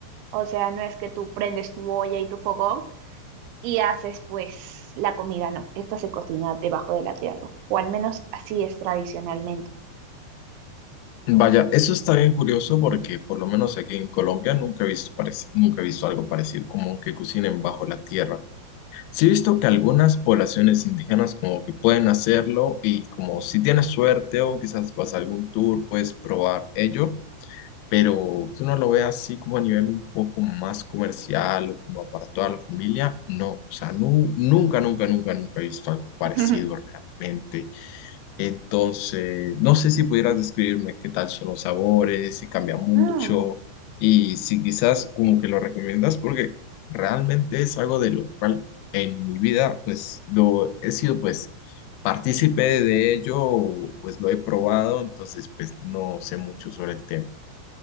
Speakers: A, on the right (about 80°); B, on the left (about 85°).
A: O sea, no es que tú prendes tu olla y tu fogón y haces pues la comida, no, esta se cocina debajo de la tierra, o al menos así es tradicionalmente.
B: Vaya, eso está bien curioso porque por lo menos aquí en Colombia nunca he visto parec- nunca he visto algo parecido, como que cocinen bajo la tierra. Sí he visto que algunas poblaciones indígenas como que pueden hacerlo y como si tienes suerte o quizás vas a algún tour, puedes probar ello, pero que uno lo vea así como a nivel un poco más comercial o como para toda la familia, no, o sea, nu- nunca, nunca, nunca, nunca he visto algo parecido
A: <laughs>
B: realmente. Entonces, no sé si pudieras describirme qué tal son los sabores, si cambia mucho
A: Mm,
B: y si quizás como que lo recomiendas, porque realmente es algo de lo cual en mi vida pues lo he sido pues partícipe de ello, o, pues lo he probado, entonces pues no sé mucho sobre el tema.